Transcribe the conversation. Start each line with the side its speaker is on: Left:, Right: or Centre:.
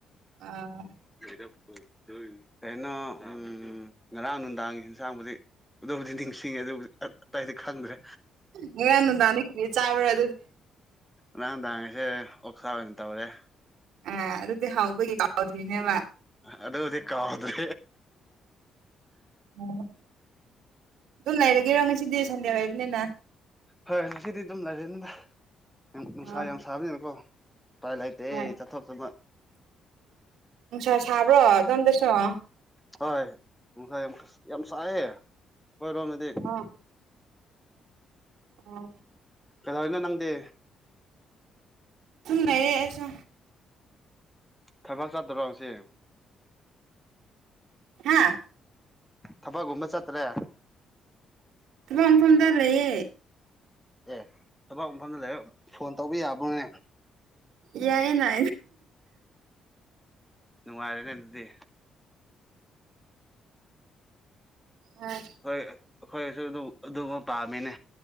Right: ꯑꯥ
Centre: <unintelligible> ꯀꯩꯅꯣ ꯎ ꯉꯔꯥꯡ ꯅꯨꯡꯗꯥꯡꯒꯤ ꯌꯦꯟꯁꯥꯡꯕꯨꯗꯤ ꯑꯗꯨꯕꯨꯗꯤ ꯅꯤꯡꯁꯤꯡꯉꯦ ꯑꯗꯨꯕꯨꯗꯤ ꯑꯇꯩꯗꯤ ꯈꯪꯗ꯭ꯔꯦ
Right: ꯉꯔꯡ ꯅꯨꯃꯤꯗꯥꯟ ꯗꯤꯀꯔꯤ ꯆꯥꯕꯔꯥ
Centre: ꯉꯔꯥꯡꯗꯥꯥꯡꯁꯦ ꯑꯣꯛꯁꯥ ꯑꯣꯏꯅ ꯇꯧꯔꯦ
Right: ꯑ ꯑꯗꯨꯗꯤ ꯍꯥꯎꯕꯒꯤ ꯀꯥꯎꯗ꯭ꯔꯤꯅꯦꯕ
Centre: ꯑꯗꯨꯗꯤ ꯀꯥꯎꯗ꯭ꯔꯦ
Right: ꯑꯣ ꯑꯗꯨꯝ ꯂꯩꯔꯒꯦꯔꯣ ꯉꯁꯤꯗꯤ ꯁꯟꯗꯦ ꯑꯣꯏꯔꯕꯅꯤꯅ
Centre: ꯍꯣꯏ ꯉꯁꯤꯗꯤ ꯑꯗꯨꯝ ꯂꯩꯔꯅꯤꯗ ꯌꯥꯝ ꯅꯨꯡꯁꯥ
Right: ꯑꯥ
Centre: ꯌꯥꯝ ꯁꯥꯕꯅꯦꯕꯀꯣ ꯇꯥꯏ ꯂꯩꯥꯏꯇꯦ
Right: ꯍꯣꯏ
Centre: ꯆꯠꯊꯣꯛ ꯆꯠꯊ
Right: ꯅꯨꯡꯁꯥ ꯁꯥꯕ꯭ꯔꯣ ꯑꯣꯝꯗꯁꯨꯣ
Centre: ꯍꯣꯏ ꯅꯨꯡꯁꯥꯏ ꯌꯥꯝ ꯌꯥꯝ ꯁꯥꯏꯌꯦ ꯑꯩꯈꯣꯏꯔꯣꯝꯗꯗꯤ
Right: ꯑ ꯑꯣ
Centre: ꯀꯗ ꯏꯅꯣ ꯅꯪꯗꯦ
Right: ꯊꯨꯡꯉꯌꯦ ꯑꯩꯁꯨ
Centre: ꯊꯕꯥꯛ ꯆꯥꯗꯕ꯭ꯔ ꯍꯧꯁꯦ
Right: ꯍꯥꯦ
Centre: ꯊꯕꯛꯒꯨꯝꯕ ꯆꯠꯇ꯭ꯔꯦ
Right: ꯊꯕꯛ ꯃꯐꯝꯗ ꯂꯩꯌꯦ
Centre: ꯑꯦ ꯊꯕꯛ ꯃꯐꯝꯗ ꯂꯩꯔ ꯐꯣꯟ ꯇꯧꯕ ꯌꯥꯕ꯭ꯔꯣꯅꯦ
Right: ꯌꯥꯏ ꯅꯥ
Centre: ꯅꯨꯡꯉꯥꯏꯔꯦꯅꯦ ꯑꯗꯨꯗꯤ
Right: ꯎꯥ
Centre: ꯍꯣꯏ ꯑꯩꯈꯣꯏꯁꯨ ꯑꯗꯨꯝ ꯑꯗꯨꯃ ꯄꯥꯝꯃꯤꯅꯦ